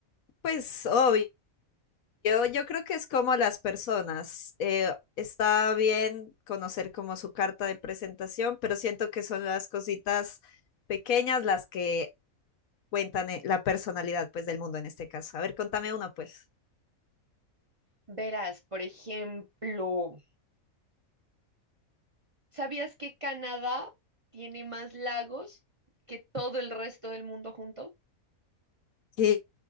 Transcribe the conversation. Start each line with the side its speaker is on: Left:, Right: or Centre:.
Left: Pues obvio, yo creo que es como las personas. eh, está bien conocer como su carta de presentación, pero siento que son las cositas pequeñas las que cuentan eh, la personalidad pues del mundo en este caso. A ver, contame uno pues.
Right: Verás, por ejemplo, ¿sabías que Canadá tiene más lagos que todo el resto del mundo junto?
Left: ¿Qué?